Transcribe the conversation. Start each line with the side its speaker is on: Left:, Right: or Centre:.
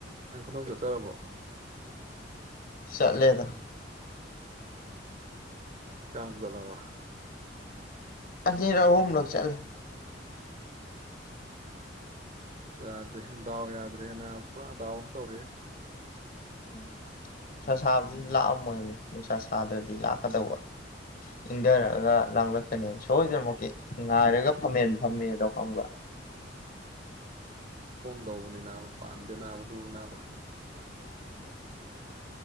Right: ꯅꯪ ꯈꯨꯅ‌ꯧ ꯆꯠꯆꯔꯕꯣ
Left: ꯆꯠꯂꯦꯗ
Right: ꯆꯃ ꯆꯂꯕ
Left: ꯑꯔ ꯍꯂ ꯆꯂꯦ
Right: ꯑ ꯌꯥꯗ꯭ꯔꯦ ꯗꯥꯎ ꯌꯥꯗ꯭ꯔꯦꯅ ꯄꯨꯔꯥ ꯗꯥꯎ ꯑꯃ ꯇꯧꯔꯑꯦ
Left: ꯎꯝ ꯅꯨꯡꯁꯥ ꯁꯥꯕꯗꯨꯗꯤ ꯂꯥꯛꯑꯝꯃꯣꯏꯅꯤ ꯅꯨꯡꯁꯥ ꯁꯥꯗ꯭ꯔꯗꯤ ꯂꯥꯛꯀꯗꯧꯕ ꯏꯪꯊꯔꯛꯑꯒ ꯂꯥꯡꯂꯛꯀꯅꯦ ꯁꯨꯝ ꯁꯣꯏꯗꯅꯃꯛꯀꯤ ꯉꯥꯏꯔꯒ ꯐꯝꯃꯦ ꯐꯝꯃꯦꯗꯣ ꯐꯪꯕ꯭ꯔ
Right: ꯗꯧꯧꯕꯅꯤꯅꯥ ꯄ ꯅꯥꯕ ꯑꯗꯨꯅꯥꯕ